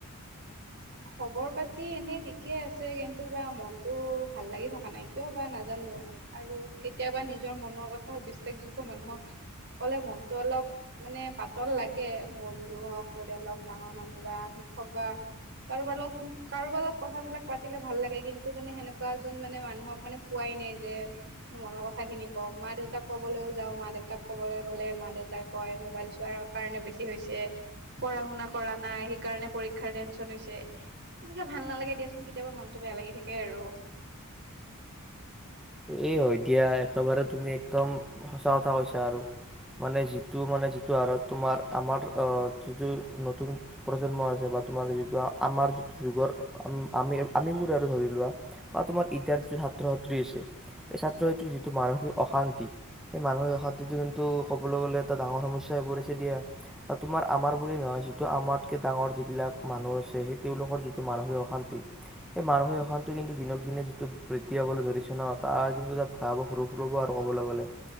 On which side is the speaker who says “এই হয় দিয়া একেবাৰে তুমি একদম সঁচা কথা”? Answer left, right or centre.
Centre